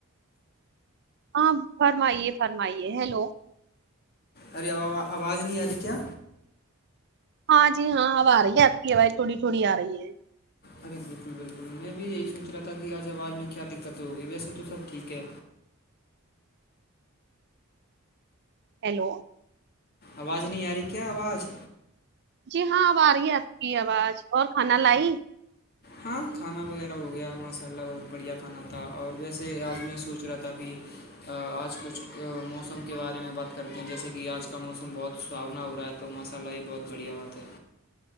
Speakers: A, on the right; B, on the left.
A: ہاں فرمائیے فرمائیے ہیلو
B: ارےو آواز نہیں آ رہی کیا
A: ہاں جی ہاں اب آ رہی ہے آپ کی آواز تھوڑی تھوڑی آ رہی ہے
B: ارے بالکل بالکل میں بھی یہی سوچ رہا تھا کہ آج آواز میں کیا دقت ہو گئی ویسے تو سب ٹھیک ہے
A: ہیلو
B: آواز نہیں آ رہی کیا آواز
A: جی ہاں اب آ رہی ہے آپ کی آواز اور کھانا لائی
B: ہاں کھانا وغیرہ ہو گیا ماشاء اللہ بہت بڑھیا کھانا تھا اور ویسے آج میں سوچ رہا تھا کہ آج کچھ موسم کے بارے میں بات کرتے ہیں جیسے کہ آج کا موسم بہت سہاونا ہو رہا تھا تو مساللہ ہی بہت بڑھیا بات ہے